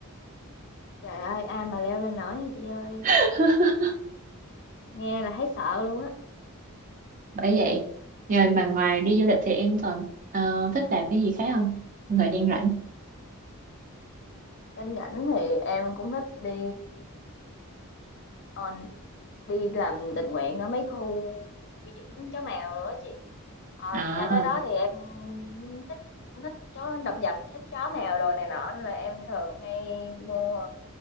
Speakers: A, on the left; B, on the right.
A: trời ơi ai mà leo lên nổi hả chị ơi
B: <laughs>
A: nghe là thấy sợ luôn á
B: bởi vậy rồi mà ngoài đi du lịch thì em còn ờ, thích làm cái gì khác không Trong thời gian rảnh
A: Cảnh cảnh thì em cũng thích đi Ờ, đi làm tình nguyện ở mấy khu nuôi dưỡng chó mèo rồi đó chị Ờ,
B: à
A: nhà tới đó thì em thích cũng thích chó động vật thích chó mèo đồ này nọ nên là em thường hay mua